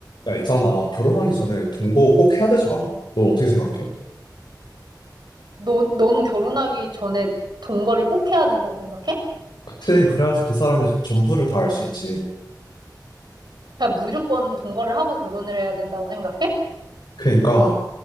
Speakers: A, on the left; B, on the right.
A: 야, 있잖아. 결혼하기 전에 동거 꼭 해야 되지 않아? 넌 어떻게 생각해?
B: 너, 너는 결혼하기 전에 동거를 꼭 해야 된다고 생각해?
A: 그땐 그래야지 그 사람의 전부를 다 알 수 있지.
B: 그냥 무조건 동거를 하고 결혼을 해야 된다고 생각해?
A: 그러니까